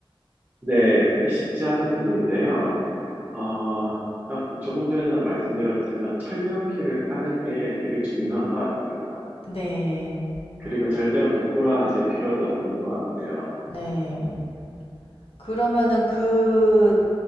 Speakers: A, on the right; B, on the left.
A: 네, 그게 쉽지 않은 부분인데요. 어, 아, 조금 전에 말씀드렸지만 철면피를 까는 게 되게 중요한 것 같습니다.
B: 네,
A: 그리고 절대로 부끄러워하실 필요도 없는 것 같고요.
B: 네. 그러면은 그